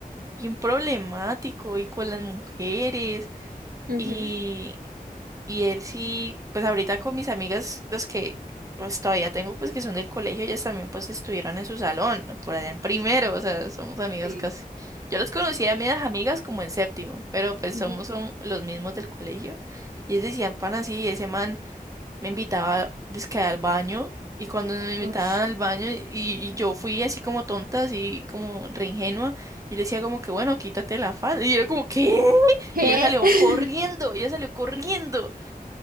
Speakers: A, on the right; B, on the right.
A: bien problemático y con las mujeres.
B: Ujú,
A: Y, y él sí, pues ahorita con mis amigas, los que pues todavía tengo, pues que son del colegio, ellas también pues estuvieron en su salón, por allá en primero, o sea, somos amigas
B: Sí.
A: casi. Yo los conocí a mis amigas como en séptimo, pero pues
B: ujú.
A: somos son los mismos del colegio. Y ellos decían, pan así, ese man me invitaba dizque al baño y cuando me invitaban
B: Ush.
A: al baño y, y yo fui así como tonta, así como re ingenua y le decía como que bueno, quítate la falda y era como ¿qué? <laughs>
B: ¿Qué?
A: Y ella salió
B: <laughs>
A: corriendo, ella salió corriendo,